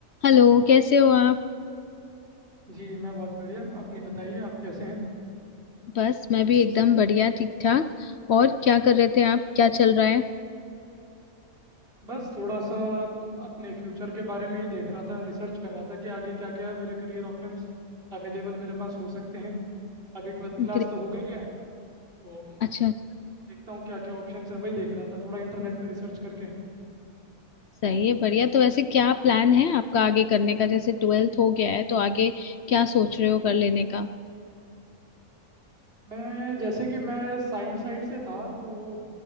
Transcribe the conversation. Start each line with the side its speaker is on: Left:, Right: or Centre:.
Left: Hello कैसे हो आप
Right: जी मैं बहुत बढ़िया अपनी बताइए आप कैसे हैं
Left: बस मैं भी एकदम बढ़िया ठीक ठाक और क्या कर रहे थे आप क्या चल रहा है
Right: बस थोड़ा सा अपने फ्यूचर के बारे में ही देख रहा था रिसर्च कर रहा था कि आगे क्या क्या मेरे करियर ऑप्शंस अवेलेबल मेरे पास हो सकते हैं अभी ट्वेल्थ क्लास
Left: ग्रे-
Right: तो हो गई है तो
Left: अच्छा अच्छा,
Right: देखता हूँ क्या क्या ऑप्शंस है वही देख रहा था थोड़ा इंटरनेट पे रिसर्च करके
Left: सही है बढ़िया तो वैसे क्या प्लान है आपका आगे करने का जैसे ट्वेल्थ हो गया है तो आगे क्या सोच रहे हो कर लेने का
Right: मैं जैसे कि मैं साइंस साइड से था तो